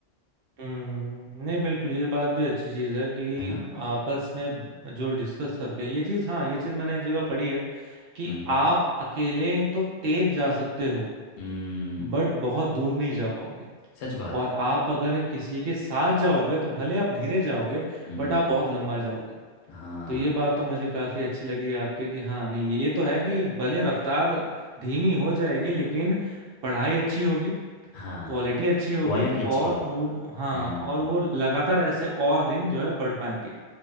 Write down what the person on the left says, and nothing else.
है ना
हम्म
हम्म
सच बात
है
हम्म
हाँ
हाँ
क्वालिटी अच्छी
होगी
हम्म